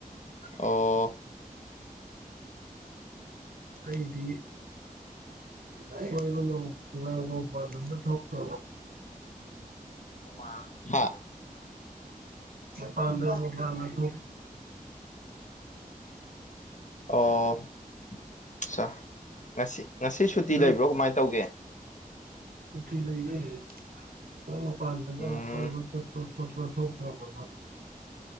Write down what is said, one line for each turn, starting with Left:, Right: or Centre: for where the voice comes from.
Left: ꯑꯣ
Right: ꯀꯩꯗꯤ ꯏꯒ ꯄꯨꯔ ꯃꯗ ꯊꯣꯛꯇ
Left: ꯎ ꯍꯥ
Right: ꯄꯥꯟꯒꯥ ꯊꯣꯛꯇꯔꯕꯣ
Left: ꯑꯣ ꯑꯆꯥ ꯉꯁꯤ ꯉꯁꯤ ꯁꯨꯇꯤ
Right: ꯅꯪ
Left: ꯂꯩꯕ꯭ꯔꯣ ꯀꯃꯥꯏꯅ ꯇꯧꯒꯦ
Right: ꯁꯨꯇꯤ ꯂꯩꯌꯦ ꯃꯄꯥꯟꯗꯅ
Left: ꯎꯝ
Right: ꯆꯄ ꯃꯄꯥꯜ ꯊꯣꯛꯇꯔꯕꯣꯕꯥ